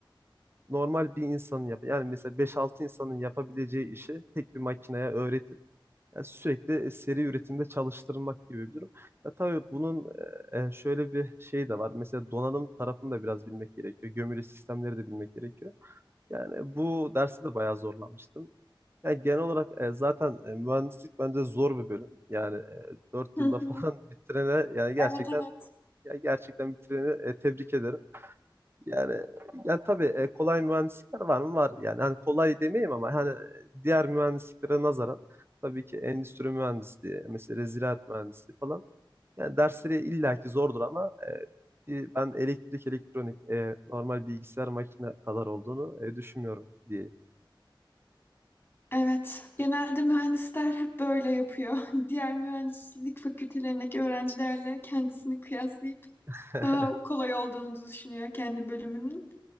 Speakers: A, on the right; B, on the left.
A: normal bir insanın yap yani mesela beş altı insanın yapabileceği işi tek bir makineye öğretip yani sürekli seri üretimde çalıştırmak gibi bir durum. Ya tabii bunun e, e, şöyle bir şey de var. Mesela donanım tarafını da biraz bilmek gerekiyor. Gömülü sistemleri de bilmek gerekiyor. Yani bu derste de bayağı zorlanmıştım. Yani genel olarak e, zaten e, mühendislik bence zor bir bölüm. Yani e, 4
B: Hı
A: yılda
B: hı.
A: falan <laughs> bitirene yani gerçekten
B: Evet evet.
A: ya gerçekten bitireni e, tebrik ederim. Yani yani tabii e, kolay mühendislikler var mı? Var. Yani hani kolay demeyeyim ama hani e, diğer mühendisliklere nazaran tabii ki endüstri mühendisliği, mesela ziraat mühendisliği falan. Yani dersleri illaki zordur ama e, bir- ben elektrik, elektronik, e, normal bilgisayar makine kadar olduğunu e, düşünmüyorum diyeyim.
B: Evet, genelde mühendisler hep böyle yapıyor. <laughs> Diğer mühendislik fakültelerindeki öğrencilerle kendisini kıyaslayıp
A: <laughs>
B: daha kolay olduğunu düşünüyor kendi bölümünün.